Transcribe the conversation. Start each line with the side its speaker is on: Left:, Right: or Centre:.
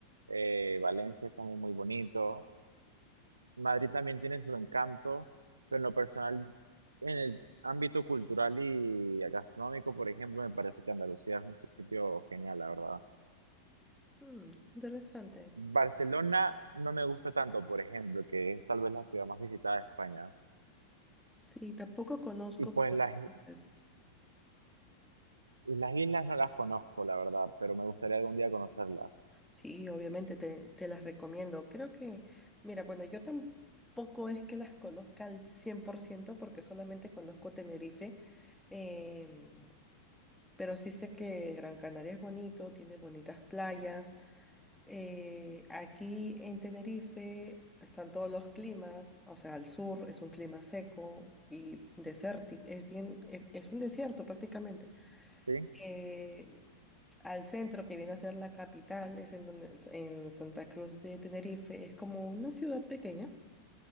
Right: eh, Valencia es también muy bonito, Madrid también tiene su encanto, pero en lo personal, en el ámbito cultural y gastronómico, por ejemplo, me parece que Andalucía es un sitio genial, la verdad.
Centre: Hmm, interesante.
Right: Barcelona no me gusta tanto, por ejemplo, que es tal vez la ciudad más visitada de España.
Centre: Sí, tampoco conozco,
Right: Y pues
Centre: pero
Right: las, i-
Centre: entonces,
Right: y las islas no las conozco, la verdad, pero me gustaría algún día conocerlas.
Centre: sí, obviamente te, te las recomiendo. Creo que, mira, bueno, yo tampoco es que las conozca al 100% porque solamente conozco Tenerife, em, pero sí sé que Gran Canaria es bonito, tiene bonitas playas. Eh, aquí en Tenerife están todos los climas, o sea, al sur es un clima seco y desértico, es bien, es, es un desierto prácticamente.
Right: ¿Sí?
Centre: Eh, al centro, que viene a ser la capital, es en donde, en Santa Cruz de Tenerife, es como una ciudad pequeña.